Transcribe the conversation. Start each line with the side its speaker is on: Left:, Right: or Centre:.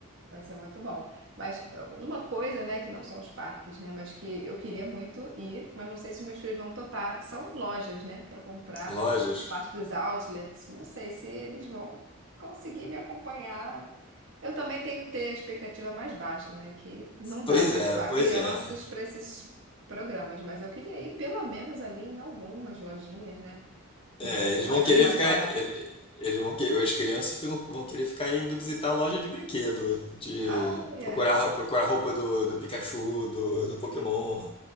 Right: Vai ser muito bom. Mas é, uma coisa, né, que não são os parques, né, mas que eu queria muito ir, mas não sei se meus filhos vão topar, são lojas, né, para comprar
Left: Lojas.
Right: parte dos outlets. Não sei se eles vão conseguir me acompanhar. Eu também tenho que ter a expectativa mais baixa, né, que não dá
Left: Pois
Right: para
Left: é,
Right: levar
Left: pois
Right: crianças
Left: é.
Right: para esses programas, mas eu queria ir pelo menos ali em algumas lojinhas, né? que
Left: É,
Right: vendem
Left: eles
Right: coisas
Left: vão querer
Right: mais
Left: ficar.
Right: baratas.
Left: ele- Eles vão que, as crianças ficam- vão querer ficar indo visitar a loja de brinquedo, de
Right: Ah, é.
Left: procurar, procurar roupa do, do Pikachu, do, do Pokémon.